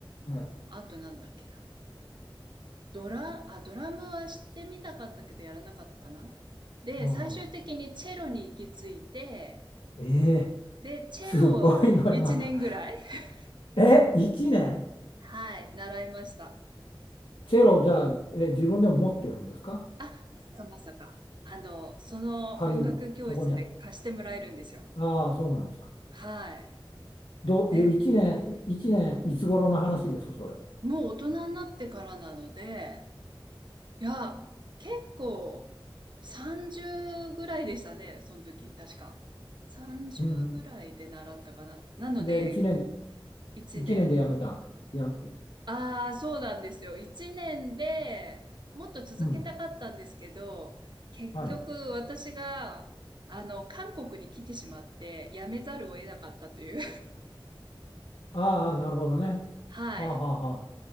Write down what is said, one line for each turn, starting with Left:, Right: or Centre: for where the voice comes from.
Left: い、はい、
Right: あとなんだっけな。ドラ、あ、ドラムは知ってみたかったけどやらなかったかな。で、
Left: うん
Right: 最終的にチェロに行き着いて、
Left: ええ
Right: で、チェロを1年ぐらい、
Left: すごいのにまた。
Right: <laughs>
Left: え、1年
Right: はい、習いました。
Left: チェロじゃあ、え、自分でも持ってるんですか
Right: あ、まさかまさか。あの、その音楽教室で貸してもらえるんですよ。
Left: 借りるのそこにあああ、そうなんですか。
Right: はい。
Left: どう、
Right: で、
Left: え、
Right: うん
Left: 1年、1年、いつ頃の話です、それ。
Right: もう大人になってからなので、いや、結構30ぐらいでしたね、その時、確か。30ぐらいで習ったかな。
Left: うん
Right: なので、
Left: うん。で、1年、
Right: 1年。
Left: 一年でやめたん。や、
Right: ああ、そうなんですよ。1年でもっと続けたかったんですけど、
Left: うん。
Right: 結局私が、
Left: はい。
Right: あの、韓国に来てしまって、辞めざるを得なかったという。
Left: ああ、なるほどね。
Right: <laughs> はい。
Left: はあはあは